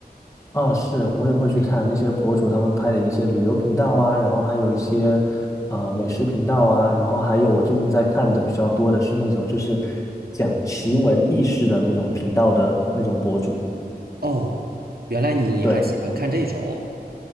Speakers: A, on the left; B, on the right.
A: 啊，是，我也会去看那些博主他们拍的一些旅游频道啊，
B: 嗯，
A: 然后还有一些呃美食频道啊，然后还有我最近在看的比较多的是那种就是讲奇闻异事的那种频道的那种博主。
B: 哦，原来你还喜欢看这种。
A: 对。